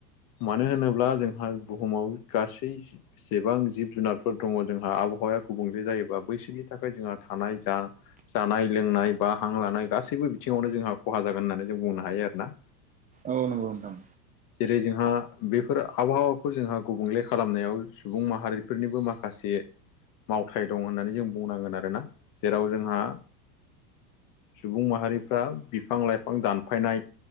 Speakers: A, on the left; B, on the right.
A: मानो होनोब्ला जोंहा बुहुमाव गासै सेबां जिब जुनारफोर दङ जोंहा आबहावाया गुबुंले जायोबा बैसोनि थाखाय जोंहा थानाय जा जानाय लोंनाय बा हां लानाय गासैबो बिथिङावनो जोंहा खहा जागोन होननानै जों बुंनो हायो आरोना।
B: औ नंगौ नोंथां।
A: जेरै जोंहा बेफोर आबहावाखौ जोंहा गुबुंले खालामनायाव सुबुं माहारिफोरनिबो माखासे मावथाय दं होननानै जों बुंनांगोन आरोना। जेराव जोंहा सुबुं माहारिफ्रा बिफां लाइफां दानफायनाय